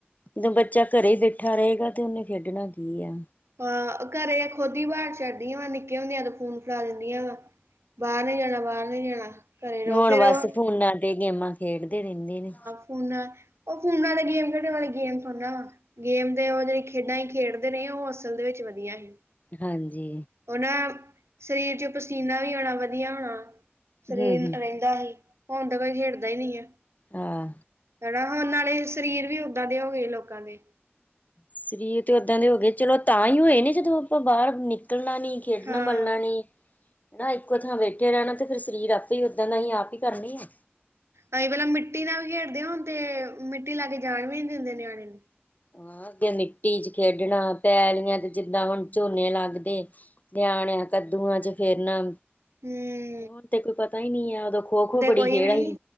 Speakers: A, on the left; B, on the right.
A: ਜਦੋਂ ਬੱਚਾ ਘਰੇ ਈ ਬੈਠਾ ਰਏਗਾ ਤੇ ਉਨੇ ਖੇਡਣਾ ਕੀ ਆ।
B: ਹਾਂ, ਘਰੇ ਏ ਖੁਦ ਹੀ ਬਾ ਛਡਦੀਆਂ ਵਾ, ਨਿੱਕੇ ਹੁੰਦੀਆਂ ਤੇ ਫੋਨ ਫੜਾ ਦਿੰਦੀਆਂ ਵਾ। ਬਾਰ ਨਈ ਜਾਣਾ, ਬਾਰ ਨਈ ਜਾਣਾ ਘਰੇ ਰੋ
A: ਹੁਣ
B: ਫੇਰ
A: ਬਸ
B: ਓ
A: ਫੋਨਾਂ ਤੇ ਗੇਮਾਂ ਖੇਡਦੇ ਰੈਂਦੇ ਨੇ।
B: ਫੋਨਾ, ਓ ਫੋਨਾ ਤੇ ਗੇਮ ਖੇਡਣ ਵਾਲੇ ਗੇਮ ਥੋੜੀ ਨਾ ਵਾ। ਗੇਮ ਦੇ ਉਹ ਜਿਹੜੇ ਖੇਡਾਂ ਹੀ ਖੇਡਦੇ ਨੇ ਉਹ ਅਸਲ ਦੇ ਵਿੱਚ ਵਧੀਆ ਹੀ।
A: ਹਾਂਜੀ।
B: ਉਹਨਾਂ ਸਰੀਰ ਚ ਪਸੀਨਾ ਵੀ ਆਉਣਾ ਵਧੀਆ ਹੋਣਾ। ਸਰੀਰ
A: ਹੂੰ ਹੂੰ
B: ਰਹਿੰਦਾ ਨਹੀਂ ਹੁਣ ਤਾਂ ਕੋਈ ਖੇਡਦਾ ਹੀ ਨਹੀਂ ਹੈ।
A: ਹਾਂ।
B: ਹਨਾ ਹੁਣ ਨਾਲੇ ਸਰੀਰ ਵੀ ਉਦਾਂ ਦੇ ਹੋ ਗਏ ਲੋਕਾਂ ਦੇ।
A: ਸਰੀਰ ਤੇ ਉਦਾਂ ਦੇ ਹੋ ਗਏ ਚਲੋ ਤਾਂ ਹੀ ਹੋਏ ਨੇ ਜਦੋਂ ਆਪਾਂ ਬਾਹਰ ਨਿਕਲਣਾ ਨੀ। ਖੇਡਣਾ
B: ਹਾਂ।
A: ਮੱਲਣਾ ਨਹੀ। ਹਨ ਨਾ ਇੱਕੋ ਥਾਂ ਬੈਠੇ ਰਹਿਣਾ ਤੇ ਫਿਰ ਸਰੀਰ ਆਪੇ ਹੀ ਓਦਾਂ ਦਾ ਹੀ ਆਪ ਹੀ ਕਰਨੀ ਆ।
B: ਅਸੀਂ ਪਹਿਲਾਂ ਮਿੱਟੀ ਨਾਲ ਖੇਡਦੇ ਹੁਣ ਤੇ ਮਿੱਟੀ ਲਾ ਕੇ ਜਾਣ ਵੀ ਨੀ ਦਿੰਦੇ ਨਿਆਣੇ ਨੂੰ।
A: ਹਾਂ ਅੱਗੇ ਮਿੱਟੀ ਚ ਖੇਡਣਾ ਪੈਲੀਆਂ ਤੇ ਜਿੱਦਾਂ ਹੁਣ ਝੋਨੇ ਲੱਗਦੇ। ਨਿਆਣਿਆਂ ਕੱਦੂਆਂ ਚ ਫਿਰਣਾ।
B: ਹਮ।
A: ਤੇ ਹੁਣ ਤੇ ਕੋਈ ਪਤਾ ਹੀ ਨਹੀਂ ਹੈ ਉਦੋਂ ਖੋ ਖੋ ਬੜੀ
B: ਕੋਈ
A: ਖੇਡ
B: ਵੀ ਨੀ
A: ਸੀ।